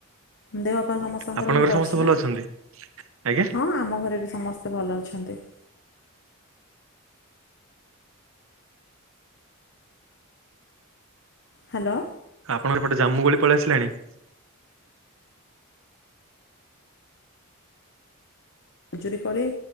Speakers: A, on the left (about 55°); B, on the right (about 65°).
A: ଦେହ ପା ସମସ୍ତଙ୍କର
B: ଆପଣଙ୍କର
A: ଭଲ
B: ସମସ୍ତେ
A: ଅଛି ନା?
B: ଅଛନ୍ତି ଆଜ୍ଞା।
A: ହଁ ଆମ ଘରେ ବି ସମସ୍ ଭଲ ଅଛନ୍ତି। ହାଲୋ।
B: ଆଉ ଆପଣଙ୍କ ଏପଟେ ଜାମ୍ମୁ କୋଳି ପଳେଇ ଆସିଲାଣି?
A: ଖଜୁରୀ କୋଳି।